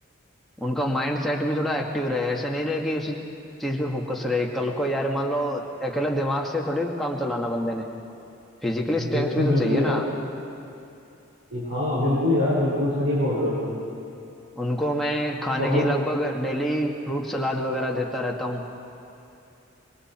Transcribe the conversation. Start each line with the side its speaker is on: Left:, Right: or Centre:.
Centre: उनका माइंड सेट भी थोड़ा एक्टिव रहे ऐसे नहीं रहे कि उसी चीज पे फोकस रहे कल को यार मान लो अकेला दिमाग से थोड़ी काम चलाना बंदे ने फिजिकली
Right: बिल्कुल
Centre: स्ट्रेंथ भी तो
Right: बिल्कुल
Centre: चाहिए
Right: यार
Centre: ना
Right: हाँ बिल्कुल यार बिल्कुल सही बोल रहे हो तुम
Centre: उनको मैं खाने
Right: तो
Centre: की लगभग डेली फ्रूट सलाद वगैरह देता रहता हूँ